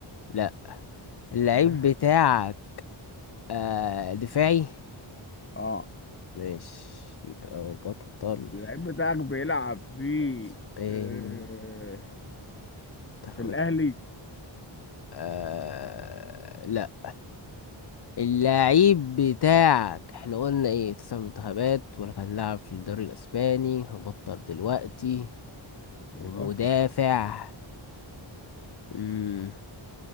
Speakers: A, on the left; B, on the left.
A: لا اللعيب
B: اه,
A: بتاعك آه دفاعي
B: آه.
A: ماشي يبقى وبطل
B: اللعيب بتاعك بيلعب في
A: اسباني
B: آه
A: منتخبات
B: في الاهلي
A: ال- آه لا اللعيب بتاعك احنا قلنا ايه تسع منتخبات ولا كان لاعب في الدوري الاسباني وبطل دلوقتي
B: ايوه
A: ومدافع مم.